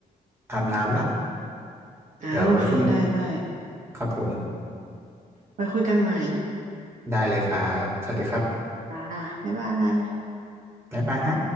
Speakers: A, on the right; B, on the right.
A: อาบน้ำละ
B: อ่าโอเคได้ได้
A: เดี๋ยวคุณครับผม
B: ไปคุยกันใหม่
A: ได้เลยครับสวัสดีครับ
B: อ่าบ๊ายบาย
A: บ๊ายบายฮะ